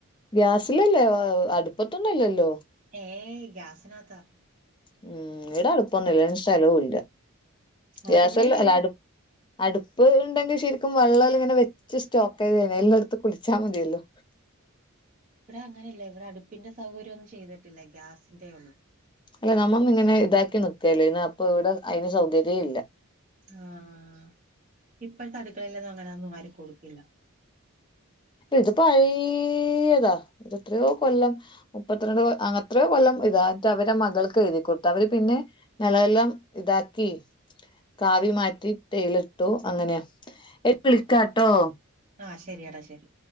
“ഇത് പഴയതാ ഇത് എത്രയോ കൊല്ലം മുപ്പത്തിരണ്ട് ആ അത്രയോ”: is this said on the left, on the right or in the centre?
Left